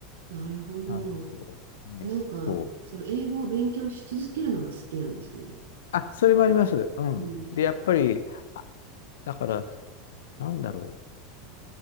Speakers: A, on the right; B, on the left.
A: なるほど。
B: なんですよ。ね、
A: なんか、
B: そう。
A: その英語を勉強し続けるのが好きなんですね。
B: あ、それもあります。うん。
A: うん。
B: で、やっぱり、あ、だから、なんだろう。